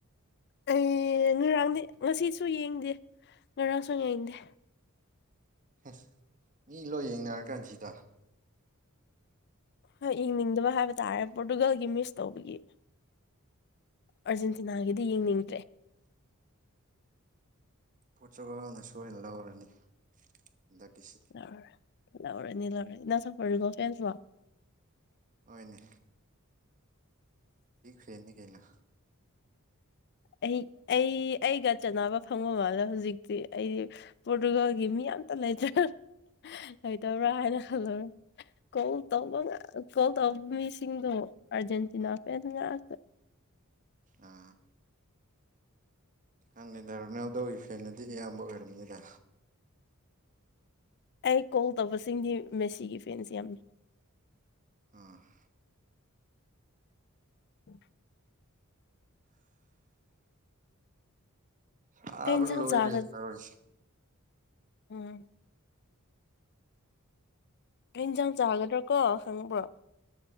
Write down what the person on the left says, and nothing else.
ꯑꯩ ꯉꯔꯥꯡꯗꯤ ꯉꯁꯤꯁꯨ ꯌꯦꯡꯗꯦ ꯉꯔꯥꯡꯁꯨ ꯌꯦꯡꯗꯦ
ꯍꯣꯏ ꯌꯦꯡꯅꯤꯡꯗꯕ ꯍꯥꯏꯕ ꯇꯥꯔꯦ ꯄꯣꯔꯇꯨꯒꯜꯒꯤ ꯃꯤꯁ ꯇꯧꯕꯒꯤ꯫ ꯑꯥꯔꯖꯦꯟꯇꯤꯅꯥꯒꯤꯗꯤ ꯌꯦꯡꯅꯤꯡꯗ꯭ꯔꯦ꯫
ꯂꯧꯔꯦ ꯂꯧꯔꯅꯤ ꯂꯧꯔꯅꯤ ꯅꯪꯁꯨ ꯄꯣꯔꯇꯨꯒꯜ ꯐꯦꯟꯁꯂꯣ꯫
ꯑꯩ ꯑꯩ ꯑꯩꯒ ꯆꯅꯕ ꯐꯪꯕ ꯃꯥꯜꯂꯦ꯫ ꯍꯧꯖꯤꯛꯇꯤ ꯑꯩꯗꯤ ꯄꯣꯔꯇꯨꯒꯜꯒꯤ ꯃꯤ ꯑꯇ ꯂꯩꯇ꯭ꯔꯦ꯫ ꯂꯩꯇꯕ꯭ꯔꯥ ꯍꯥꯏꯅ ꯈꯜꯂꯨꯔꯦ ꯀꯣꯜ ꯇꯧꯕ ꯉꯥꯛ ꯀꯣꯜ ꯇꯧꯕ ꯃꯤꯁꯤꯡꯗꯣ ꯑꯥꯔꯖꯦꯟꯇꯤꯅꯥ
ꯐꯦꯟ ꯉꯥꯛꯇ꯫
ꯑꯩ ꯀꯣꯜ ꯇꯧꯕꯁꯤꯡꯗꯤ ꯃꯦꯁꯤꯒꯤ ꯐꯦꯟꯁ ꯌꯥꯝꯃꯤ꯫
ꯎꯝ
ꯀꯩꯏꯟꯁꯥꯡ
ꯆꯥꯒ
ꯎꯝ ꯀꯩ ꯏꯟꯁꯥꯡ ꯆꯥꯒꯗ꯭ꯔ ꯀꯣ ꯈꯪꯕ꯭ꯔꯣ